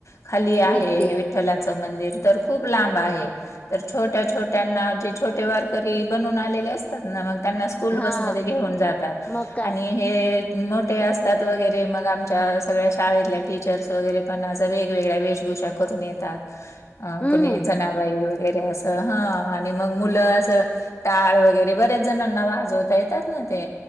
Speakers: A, on the left (about 65°); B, on the left (about 25°).
A: खाली आहे
B: निघते
A: विठ्ठलाच मंदिर, तर खूप लांब आहे. तर छोट्या-छोट्यांना, जे छोटे वारकरी बनून आलेले असतात ना, मग त्यांना स् कूल
B: हा
A: बसमध्ये घेऊन जातात,
B: मग काय
A: आणि हे मो टे असतात वगैरे, मग आमच्या सगळ्या शाळेतल्या, टीचर्स वगैरे पण असं, वेगवेगळ्या वेशभूषा करून येतात अ
B: हम्म
A: कोणी जनाबाई वगैरे, असं हं, आणि मग मुलं असं, टाळ व वगैरे, बऱ्याच जणांना वाजवता येतात ना ते,